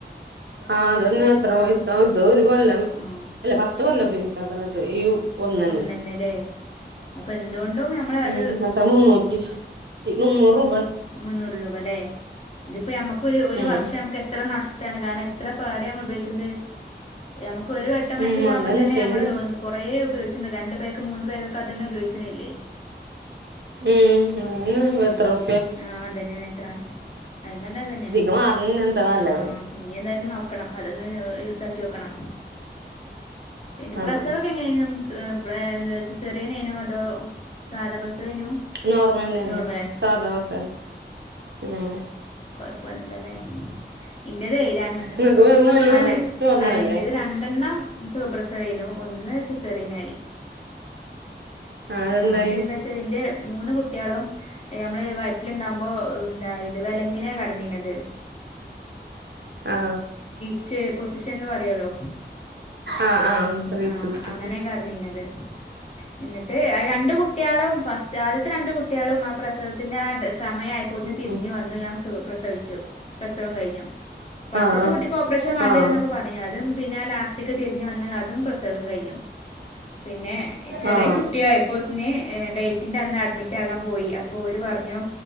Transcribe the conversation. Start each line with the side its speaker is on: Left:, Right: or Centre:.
Right: ആഹ അതെന്നെ എത്ര പൈസാവും ഇതോ ഒരു കൊല്ലം
Left: ആഹ്
Right: അല്ല പത്ത് കൊല്ലം ഉപയോഗിക്കാത്രേ ഇത് ഒന്നന്നെ
Left: ഒന്നന്നെല്ലേ അപ്പൊ എന്തുകൊണ്ടും നമ്മള്
Right: ഉം
Left: അത്
Right: എത്ര മുന്നൂറ്റിച്ചി ഇ മൂന്നൂറു
Left: മുന്നൂറ് രൂപ ല്ലേ? ഇതിപ്പോ ഞമ്മക്ക് ഒരു ഒരു
Right: ഉം
Left: വർഷം നമുക്ക് എത്ര നഷ് ട്ടാണ് കാരണം എത്ര പാട് നമ്മൾ ഉപയോഗിച്ചിണ്ട് യമ ക്ക് ഒരു വട്ടം മെൻസസാകുമ്പോ
Right: ഉം അതന്നെ
Left: തന്നെ
Right: ശരിയെന്ന
Left: നമ്മള് കുറേ ഉപയോഗിച്ചിണ്ട് രണ്ട് പേക്ക് മൂന്ന് പേക്ക് ഒക്ക അതന്നെ ഉപയോഗിച്ചുന്നില്ലേ
Right: ഉം അതന്നെ എത്ര ഉറു
Left: ആ അതന്നെയാണ് എത്ര അയിൽന്നല്ലെ അതന്നെയാണ്.
Right: ഇതിക്ക് മാറണ എന്താ നല്ലത്
Left: ആ ഇനി എന്തായാലും നോക്ക ക്കണം അതൊന്ന് യൂസാക്കി നോക്കണം. പിന്നെ
Right: ആഹ്
Left: പ്രസവൊക്കെ എങ്ങനെയേനും? സുഖ പ്ര സിസേറിയനേനോ അതോ സാധാ പ്രസവേനു
Right: നോർമൽ തന്നെയായിരുന്നു
Left: നോർമല
Right: സാധാ ആ
Left: പോന്നില്ലല്ലേ എന്റതെ രണ്ട്
Right: നിങ്ങൾക്ക് മൂന്നും
Left: അല്ല
Right: നോർമലല്ലേ
Left: അല്ല എന്റേത് രണ്ടെണ്ണം സുഖപ്രസവേനു ഒന്ന് സിസേറിയനായി
Right: ആഹ് അതെന്തായി
Left: ആ അതെന്താ വച്ചാല് എന്റെ മൂന്ന് കുട്ടികളും ഞമ്മള് വയ് റ്റില്ണ്ടാകുമ്പോ എന്താ ഇത് വിലങ്ങനാ കടന്നീന്നത്
Right: ആ
Left: ച്ചെ പൊസിഷൻന്ന് പറയല്ലോ
Right: ആഹ്
Left: ആ
Right: ആഹ് ബ്രീച്ച്
Left: ആ
Right: ബസ്
Left: അങ്ങനെയക്കെടനീന്നത് എന്നിട്ട് അത് രണ്ട് കുട്ടികളും ഫസ്റ്റ് ആദ്യത്തെ രണ്ട് കുട്ട്യാളും ആ പ്രസവത്തിന്റെ ആ സമയം ആയപ്പൊതെ തിരിഞ്ഞു
Right: ഉം
Left: വന്നു ഞാൻ സുഖപ്രസവിച്ചു. പ്രസവം കഴിഞ്ഞു ഫസ്റ്ററ്റ്ത്ത്
Right: ആഹ് ആഹ്
Left: കുട്ടിക്ക് ഓപ്പറേഷൻ വേണ്ടിവരുന്നൊക്കെ
Right: ആഹ്
Left: പറഞ്ഞു അതും പിന്നെ ലാസ്റ്റക്ക് തിരിഞ്ഞു വന്ന് അത് തും പ്രസവം കഴിഞ്ഞു. പിന്നെ ചെറിയ
Right: ആഹ്
Left: കുട്ടിയായപ്പോൾതിന് ഡേറ്റിൻ്റെ അന്ന് അഡ്മിറ്റാകാൻ പോയി അപ്പോൾ ഓരു പറഞ്ഞു